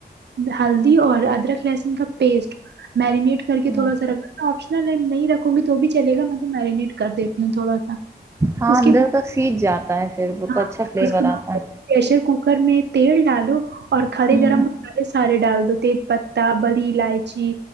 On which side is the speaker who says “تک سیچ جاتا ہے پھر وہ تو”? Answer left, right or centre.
Right